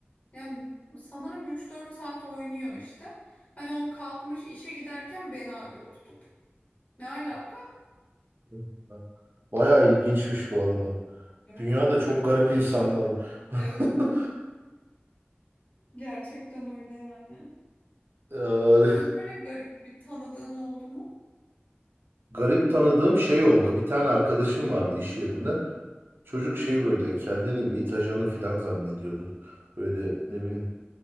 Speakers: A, on the left (about 35°); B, on the right (about 60°).
A: Yani sanırım üç dört saat oynuyor işte. Hani o kalkmış işe giderken beni arıyor tutup. Ne alaka?
B: <laughs> Bayağı ilginçmiş bu arada.
A: Evet
B: Dünyada
A: çok
B: çok
A: garip.
B: garip insanlar var. <laughs>
A: Evet gerçekten öyle yani.
B: Yani
A: Senin böyle garip bir tanıdığın oldu mu?
B: Garip tanıdığım şey oldu. Bir tane arkadaşım vardı iş yerinden. Çocuk şey böyle kendini mitajanı falan zannediyordu. Böyle ne bileyim.